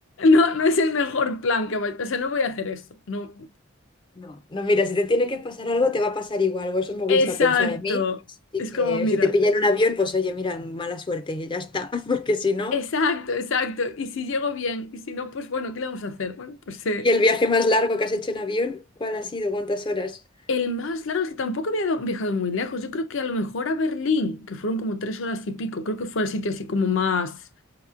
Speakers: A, on the left; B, on the left.
A: No, no es el mejor plan que vaya. O sea, no voy a hacer eso. No.
B: No. No, mira, si te tiene que pasar algo, te va a pasar igual, o eso me gusta
A: Exacto.
B: pensar a mí. Así
A: Es
B: que
A: como, mira.
B: si te pilla en un avión, pues oye, mira, mala suerte, y ya está, <laughs> porque si no.
A: Exacto, exacto. Y si llego bien, y si no, pues bueno, ¿qué le vamos a hacer? Bueno, pues eh,
B: ¿Y el viaje más largo que has hecho en avión? ¿Cuál ha sido? ¿Cuántas horas?
A: el más largo es que tampoco había do- viajado muy lejos. Yo creo que a lo mejor a Berlín, que fueron como tres horas y pico, creo que fue el sitio así como más.